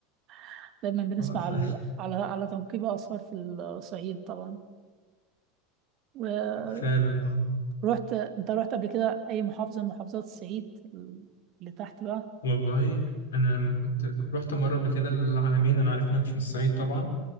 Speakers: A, on the right; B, on the left.
A: <laughs> دايما بنسمع
B: اه
A: على
B: ف-
A: على, على تنقيب آثار في الصعيد طبعا ورحت
B: فعلا اه
A: انت رحت قبل كده أي محافظة من محافظات الصعيد اللي تحت بقى
B: والله أنا لما كنت رحت مرة قبل كده العلمين أنا عارف إن أنا مش من الصعيد طبعا